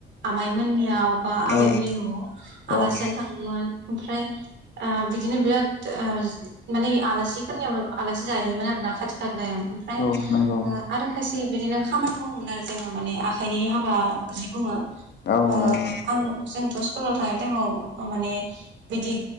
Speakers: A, on the right; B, on the left.
A: आमाइमोननियाव बा आबैमोननि
B: औ
A: न'आव आलासि
B: औ
A: जानो थाङोमोन ओमफ्राय आ बिदिनो बिराद ओ माने आलासिफोरनियाव आलासि जाहैयोमोन आरो ना खाथि खालायाव। ओमफ्राय
B: औ नंगौ
A: ओ आरो खायसे बिदिनो खामानि मावोमोन आरो जोङो माने आ खाइनि हाबा जि बुङो
B: औ
A: ओ
B: नंगौ
A: आं जोंथ' स्कुलाव थांनाय टाइमाव माने बिदि